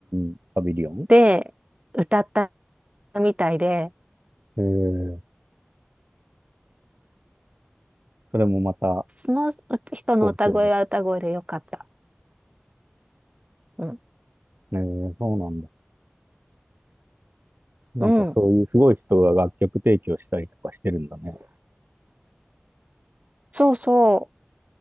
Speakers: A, on the right; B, on the right.
A: んパビリオン
B: で歌ったみたいで、
A: えー、それもまた
B: その人の歌声は歌声でよかった。
A: 好評だっ
B: うん。
A: た。えー、そうなんだ。なんかそういうすごい人が楽曲提供したりとかしてるんだね。
B: うん。そうそ